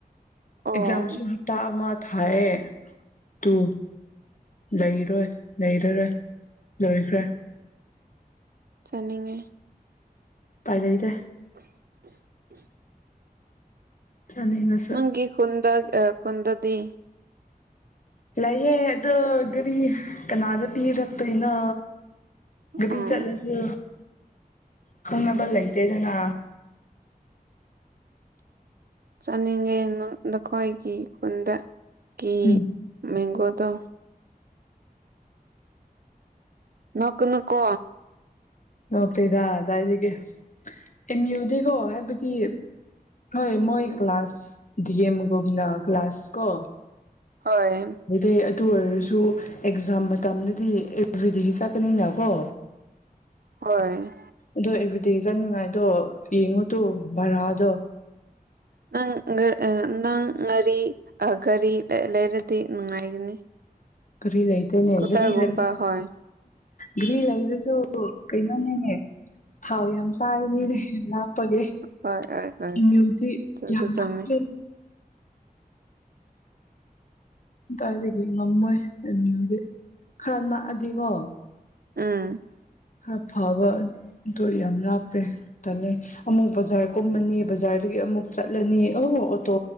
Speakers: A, on the right; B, on the left.
A: ꯑꯣ
B: ꯑꯦꯛꯖꯥꯝꯁꯨ ꯍꯞꯇꯥ ꯑꯃ ꯊꯥꯏꯌꯦ ꯇꯨ ꯂꯩꯔꯣꯏ ꯂꯩꯔꯔꯣꯏ ꯂꯣꯏꯈ꯭ꯔꯦ
A: ꯆꯥꯅꯤꯡꯉꯦ
B: ꯄꯥꯏ ꯂꯩꯗꯦ
A: <unintelligible>
B: ꯆꯅꯤꯡꯔ
A: ꯅꯪꯒꯤ ꯈꯨꯟꯗ ꯈꯨꯟꯗꯗꯤ
B: ꯂꯩꯌꯦ ꯑꯗꯣ ꯒꯥꯔꯤ ꯀꯅꯥꯗ ꯄꯤꯔ ꯀꯩꯅꯣ ꯒꯥꯔꯤ
A: ꯎꯝ
B: ꯆꯠꯂꯁꯦ ꯈꯪꯅꯕ ꯂꯩꯇꯦꯗꯅꯥ
A: ꯆꯥꯅꯤꯡꯉꯦ ꯅꯈꯣꯏꯒꯤ ꯈꯨꯟ ꯀꯤ
B: ꯎꯝ
A: ꯃꯦꯡꯒꯣꯗꯣ ꯅꯛ ꯅꯨꯀꯣ
B: ꯉꯉꯇꯩꯗ ꯑꯗꯨꯗꯥꯏꯗꯒꯤ ꯑꯦꯝ ꯌꯨꯗꯤꯀꯣ ꯍꯥꯏꯕꯗꯤ ꯍꯣꯏ ꯃꯣꯏ ꯀ꯭ꯂꯥꯁ ꯑꯦꯝꯒꯨꯨꯞꯅ ꯀ꯭ꯂꯥꯁ ꯀꯣ
A: ꯍꯣꯏ
B: ꯑꯗꯨꯗꯩ ꯑꯗꯨ ꯑꯣꯏꯔꯁꯨ ꯑꯦꯛꯖꯥꯝ ꯃꯇꯝꯗꯗꯤ ꯑꯦꯕ꯭ꯔꯤꯗꯦꯁꯤ ꯆꯠꯀꯅꯤꯅꯀꯣ
A: ꯍꯣꯏ
B: ꯑꯗꯣ ꯑꯦꯚ꯭ꯔꯤꯗꯦ ꯆꯠꯅꯤꯡꯉꯥꯏꯗꯣ ꯌꯦꯡꯉꯨ ꯇꯣ ꯚꯔꯥꯗꯣ
A: ꯅꯪ ꯅꯪ ꯉꯔꯤ ꯒꯥꯔꯤ ꯂꯩꯔꯗꯤ ꯅꯨꯡꯉꯥꯏꯒꯅꯤ
B: ꯀꯔꯤ ꯂꯩꯇꯦꯅꯦ
A: ꯏꯁꯀꯨꯇꯔꯒꯨꯝꯕ
B: ꯀꯔꯤ ꯂꯩ
A: ꯍꯣꯏ
B: ꯘ꯭ꯔꯤ ꯂꯩꯔꯁꯨ ꯀꯩꯅꯣꯅꯦ ꯊꯥꯎ ꯌꯥꯝ ꯆꯥꯏꯅꯤꯅꯦ ꯍꯥꯞꯄꯒꯦ
A: ꯍꯣꯏ ꯍꯣꯏ ꯍꯣꯏ
B: ꯏꯃ꯭ꯌꯨꯟꯇꯤ
A: ꯆꯨꯝꯁꯨ
B: ꯌꯥꯝ
A: ꯆꯨꯝꯃꯤ
B: ꯂꯥꯞꯄꯦ ꯑꯗꯥꯏꯗꯒꯤ ꯉꯝꯃꯣꯏ ꯑꯦꯝ ꯌꯨ ꯗꯤ ꯈꯔ ꯅꯛꯑꯗꯤꯀꯣ
A: ꯑꯥ
B: ꯑꯐꯕꯗꯣ ꯌꯥꯝ ꯂꯥꯞꯄꯦ ꯇꯜꯂꯦ ꯑꯃꯨꯛ ꯕꯖꯥꯔ ꯀꯨꯝꯃꯅꯤ ꯕꯖꯥꯔꯗꯒꯤ ꯑꯃꯨꯛ ꯆꯠꯂꯅꯤ ꯑꯣ ꯑꯣꯇꯣ